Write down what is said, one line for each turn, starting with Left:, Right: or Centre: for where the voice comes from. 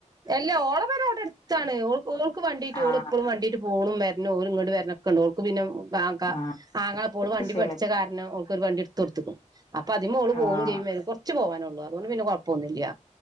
Right: അല്ല ഓളെ പേര അവിടെട്ത്താണ് ഓൾക്ക് വണ്ടീ ആയിട്ട്
Left: ആഹ്
Right: ഓൾ എപ്പളും വണ്ടീ ആയിട്ട് പോണും വര്നും ഓല് ഇങ്ങട്ട് വര്നൊക്കൊണ്ട് പിന്നെ കാക്ക
Left: ആഹ്
Right: ആങ്ങള പ്പോള് വണ്ടി
Left: വിഷയല്ല
Right: പടിച്ച കാരണം ഓക്കൊരു വണ്ടി ഇടുത്ത് കൊട്ത്ത്ക്കണ് അപ്പൊ അതി മോള്
Left: ആഹ്
Right: ചെയ്യും വരും കൊർച് പോവാനൊള്ളു അതൊണ്ട് പിന്നെ കൊഴപ്പൊന്നുല്ല്യ